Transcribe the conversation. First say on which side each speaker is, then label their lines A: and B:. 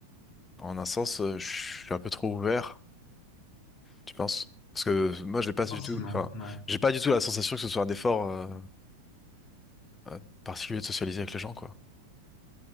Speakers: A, on the left (about 15°); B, on the left (about 40°).
A: en un sens, euh, je suis un peu trop ouvert, tu penses? Parce que moi, j'ai pas
B: Pas forcément,
A: du tout, enfin,
B: non.
A: j'ai pas du tout la sensation que ce soit un effort euh, euh, particulier de socialiser avec les gens, quoi.